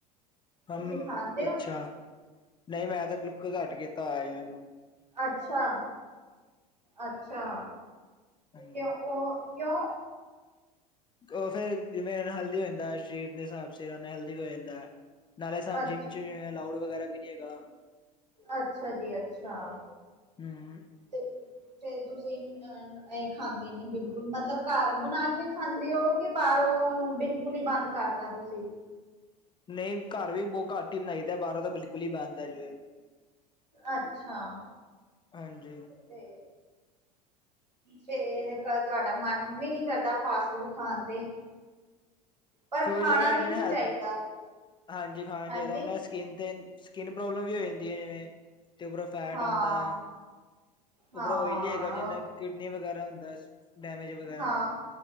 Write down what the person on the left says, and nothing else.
ਹਮ
ਅੱਛਾ,
ਨਹੀਂ ਮੈਂ ਤਾਂ ਬਿਲਕੁਲ ਘੱਟ ਕੀਤਾ ਹੋਇਆ ਜਿੰਮ।
ਹਾਂਜੀ।
ਉਹ ਫੇਰ ਜਿਵੇਂ ਅਨਹੈਲਦੀ ਹੋ ਜਾਂਦਾ, ਸਰੀਰ ਦੇ ਹਿਸਾਬ ਨਾਲ ਅਨਹੈਲਦੀ ਹੋ ਜਾਂਦਾ। ਨਾਲੇ ਸਾਡੀ
ਜਿੰਮ 'ਚ ਵੀ ਲਾਊਡ ਵਗੈਰਾ ਵੀ ਨਹੀਂ ਹੈਗਾ।
ਹੂੰ।
ਨਹੀਂ ਘਰ ਵੀ ਬਹੁਤ ਘੱਟ ਹੀ ਬਣਾਈਦਾ, ਬਾਹਰੋਂ ਤਾਂ ਬਿਲਕੁਲ ਹੀ ਬੰਦ ਏ ਜਿਵੇਂ
ਹਾਂਜੀ।
ਸੋਚ
ਜਿਵੇਂ
ਹੈਲ,
ਹਾਂਜੀ ਖਾਣਾ
ਚਾਹੀਦਾ ਸਕਿੰਨ ਤੇ, ਸਕਿੰਨ ਪ੍ਰੋਬਲਮ ਵੀ ਹੋ ਜਾਂਦੀ ਏ ਜਿਵੇਂ, ਤੇ ਉਪਰੋਂ ਫੈਟ
ਆਂਦਾ ਐ। ਉਪਰੋਂ
ਓੲਲੀ ਹੈਗਾ, ਜਿੰਨਾ ਕਿਡਨੀ ਵਗੈਰਾ ਹੁੰਦਾ ਡੈਮੇਜ ਵਗੈਰਾ